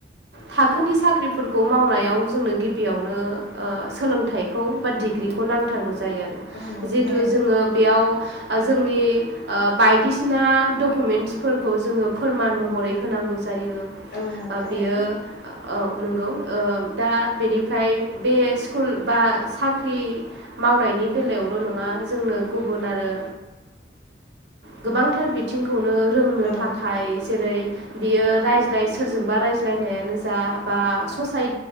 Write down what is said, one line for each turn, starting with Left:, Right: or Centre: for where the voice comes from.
Right: थाखोनि साख्रिफोरखौ मावनायाव जोंनो गियावनो सोलोंथाइखौ बा दिग्रिखौ नांथारगौ जायो आरो
Left: औ नंगौ
Right: जिहेतु
Left: थारैनो
Right: जोङो बेयाव जोंनि बायदिसिना डकुमेन्टसफोरखौ जोङो फोरमान महरै होनांगौ जायो
Left: औ नंगौ थारैनो
Right: बेयो औ नंगौ दा बेनिफ्राय बे स्कुल बा साख्रि मावनायनि बेलायाव नङा जोंनो गुबुन आरो गोबांथार बिथि बिथिंखौनो रोंनो
Left: औ
Right: थाखाय जेरै बियो रायज्लाय सोरजोंबा रायज्लायनायानो जा बा ससाय